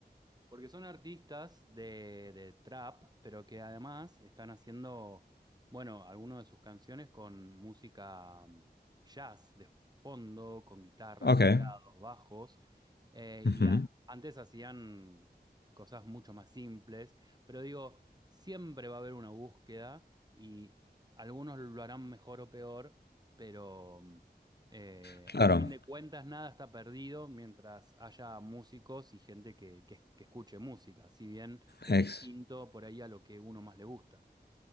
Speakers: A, on the right; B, on the left.
A: Porque son artistas de, de trap, pero que además están haciendo, bueno, algunas de sus canciones con música mm, jazz de fondo, con guitarras,
B: Ok.
A: teclados, bajos. eh,
B: ujú.
A: y a- antes hacían cosas mucho más simples, pero digo, siempre va a haber una búsqueda y algunos lo harán mejor o peor, pero... mm, eh,
B: Claro,
A: al fin de cuentas, nada está perdido mientras haya músicos y gente que, que- que escuche música, si bien es
B: ex-
A: distinto por ahí a lo que uno más le gusta.